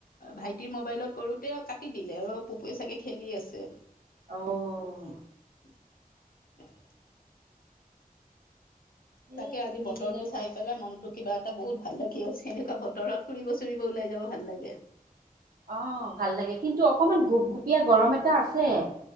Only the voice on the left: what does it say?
ভাইটিৰ মোবাইলত কৰোতে কাটি দিলে অ পপোএ চাগে খেলি আছে
<unintelligible>
তাকে
আজি
বতৰটো
চাই পেলাই মনতটো কিবা এটা বহুত ভাল লাগি আছে এনেকুৱা বতৰত ফুৰিব চুৰিব ওলাই যাব ভাল লাগে